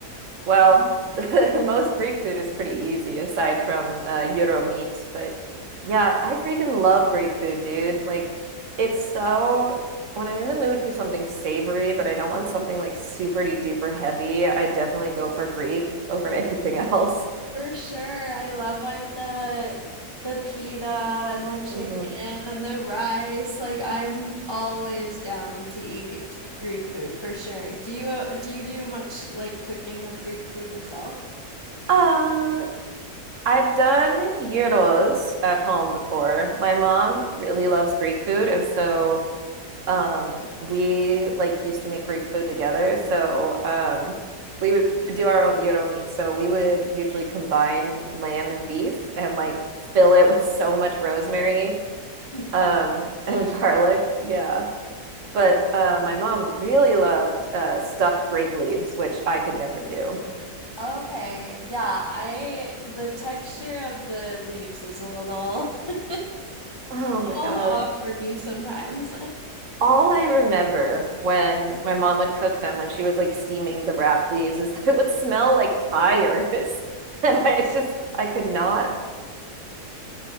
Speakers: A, on the right; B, on the left.
A: Well, <laughs> most Greek food is pretty easy aside from uh, gyro meat, but yeah, I freaking love Greek food, dude. Like, it's so when I'm in the mood for something savory, but I don't want something like super duper heavy, I definitely go for Greek over <laughs> anything else.
B: For sure. I love like the the pita and the chicken
A: hmm
B: and the rice. Like I'm always down to eat Greek food for sure. Do you uh, do you do much like cooking of Greek food yourself? <laughs>
A: Um, I've done gyros at home before. My mom really loves Greek food, and so Um, we like used to make Greek food together, so um, we would do our own gyro meat. So we would usually combine lamb and beef and like fill it with so much rosemary
B: Hmm,
A: um
B: That's
A: <laughs>
B: delicious.
A: and garlic. Yeah. But uh, my mom really loved uh, stuffed grape leaves, which I could never do.
B: Okay, yeah, I the texture of the leaves is a little <laughs> a
A: Oh my
B: little
A: God.
B: off for me sometimes. <laughs>
A: All I remember when my mom would cook them when she was like steaming the wrapped leaves is that it would smell like tires. <laughs> And
B: Oh,
A: I just I could not